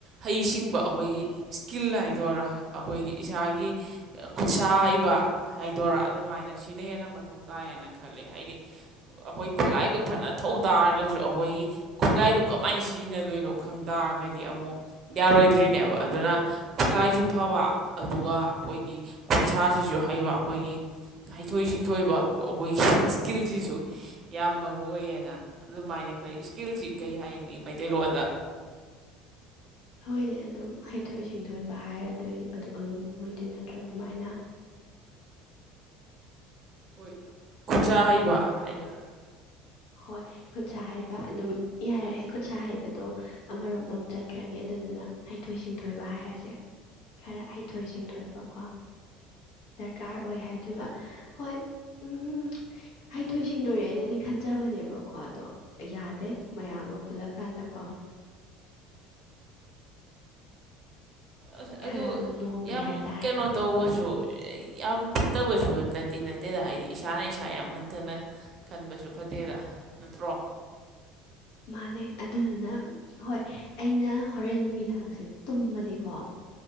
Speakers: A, on the right; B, on the left.
A: ꯍꯩꯁꯤꯡꯕ ꯑꯩꯈꯣꯏꯒꯤ ꯏꯁꯀꯤꯜ ꯍꯥꯏꯗꯣꯏꯔꯥ ꯑꯩꯈꯣꯏꯒꯤ ꯏꯁꯥ ꯒꯤ ꯈꯨꯠꯁꯥ ꯍꯩꯕ ꯍꯥꯏꯗꯣꯔꯥ ꯑꯗꯨꯃꯥꯏꯅ ꯁꯤꯅ ꯍꯦꯟꯅ ꯃꯊꯧ ꯇꯥꯏ ꯍꯥꯏꯅ ꯈ ꯈꯜꯂꯦ ꯍꯥꯏꯗꯤ ꯑꯩꯈꯣꯏ ꯈꯨꯠꯂꯥꯏꯗꯣ ꯐꯅ ꯊꯧ ꯇꯥꯔꯒꯁꯨ ꯑꯩꯈꯣꯏꯒꯤ ꯈꯨꯠꯂꯥꯏꯗꯨ ꯀꯃꯥꯏꯅ ꯁꯤꯖꯤꯟꯅꯗꯣꯏꯅꯣ ꯈꯪ ꯇꯥꯔꯒꯗꯤ ꯑꯃꯨꯛ ꯌꯥꯔꯣꯏꯗ꯭ꯔꯤꯅꯦꯕ ꯑꯗꯨꯅ ꯈꯨꯠꯂꯥꯏꯁꯨ ꯐꯕ ꯑꯗꯨꯒ ꯑꯩꯈꯣꯏꯒꯤ ꯈꯨꯠꯁꯥꯁꯤꯁꯨ ꯍꯩꯕ ꯑꯩꯈꯣꯏꯒꯤ ꯑꯩꯒꯤ ꯍꯩꯊꯣꯏ ꯁꯤꯡꯊꯣꯏꯕ ꯑꯩꯈꯣꯏꯒꯤ ꯏꯁꯀꯤꯜꯁꯤꯁꯨ ꯌꯥꯝ ꯃꯔꯨ ꯑꯣꯏꯌꯦꯅ ꯑꯗꯨꯃꯥꯏꯅ ꯀꯔꯤ ꯏꯁꯀꯤꯜꯁꯤ ꯀꯔꯤ ꯍꯥꯏꯅꯤ ꯃꯩꯇꯩꯂꯣꯟꯗ
B: ꯍꯣꯏꯅꯦ ꯑꯗꯨꯝ ꯍꯩꯊꯣꯏ ꯁꯤꯡꯊꯣꯏꯕ ꯍꯥꯏꯔꯗꯣꯏ ꯑꯗꯨ ꯑꯗꯨꯝ ꯑꯣꯏꯗꯣꯏ ꯅꯠꯇ꯭ꯔꯣ ꯑꯗꯨꯃꯥꯏꯅ
A: ꯍꯣꯏ ꯈꯨꯠꯁ ꯍꯩꯕ ꯍꯥꯏꯗꯣꯏꯔꯥ
B: ꯍꯣꯏ ꯈꯨꯠꯁꯥ ꯍꯩꯕ ꯑꯗꯨꯝ ꯌꯥꯔꯦ ꯈꯨꯠꯁꯥ ꯍꯩꯕꯗꯣ ꯑꯃꯔꯣꯝꯗ ꯑꯃꯨꯛ ꯆꯠꯈ꯭ꯔꯅꯤ ꯑꯗꯨꯗꯨꯅ ꯍꯩꯊꯣꯏ ꯁꯤꯡꯊꯣꯏꯕ ꯍꯥꯏꯔꯁꯦ ꯈꯔ ꯍꯩꯊꯣꯏ ꯁꯤꯡꯊꯣꯏꯕꯀꯣ ꯗꯔꯀꯥꯔ ꯑꯣꯏ ꯍꯥꯏꯗꯣꯏꯕ ꯍꯣꯏ ꯎꯝ ꯍꯩꯊꯣꯏ ꯁꯤꯡꯗꯣꯔꯦꯅꯗꯤ ꯈꯟꯖꯩ ꯆꯕꯅꯦꯕꯀꯣ ꯑꯗꯣ ꯌꯥꯗꯦ ꯃꯌꯥꯝꯒ ꯄꯨꯜꯂꯀꯥꯟꯗꯀꯣ
A: ꯑꯁ
B: ꯈꯔ
A: ꯑꯗꯨ
B: ꯑꯗꯨꯝ ꯅꯣꯞꯄꯤ
A: ꯌꯥꯝ
B: ꯍꯥꯏꯇꯥꯔꯦ
A: ꯀꯩꯅꯣ ꯇꯧꯕꯁꯨ ꯌꯥꯝ ꯐꯠꯇꯕꯁꯨ ꯅꯠꯇꯤ ꯅꯠꯇꯦꯗ ꯍꯥꯏꯗꯤ ꯏꯁꯥꯅ ꯏꯁꯥ ꯌꯥꯝ ꯍꯟꯊꯅ ꯈꯟꯕꯁꯨ ꯐꯠꯇꯦꯗ ꯅꯠꯇ꯭ꯔꯣ
B: ꯃꯥꯅꯦ ꯑꯗꯨꯗꯨꯅ ꯎ ꯍꯣꯏ ꯑꯩꯅ ꯍꯣꯔꯦꯟ ꯅꯨꯃꯤꯗꯥꯡꯁꯦ ꯇꯨꯝꯃꯗꯤꯀꯣ